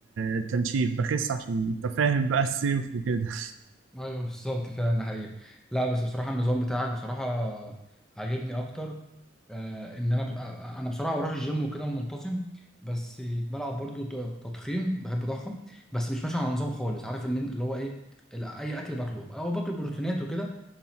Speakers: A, on the right; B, in the centre.
A: التنشيف بخس عشان انت فاهم بقى الصيف وكده <laughs>
B: ايوه بالظبط فعلا ده حقيقي لا بس بصراحة النظام بتاعك بصراحة عاجبني اكتر آه، ان انا ب- آه، انا بصراحة بروح الجيم وكده ومنتظم بس بلعب برضو ت- تضخيم بحب اضخم بس مش ماشي على نظام خالص عارف ان اللي هو ايه ال- اي اكل باكله او باكل بروتينات وكده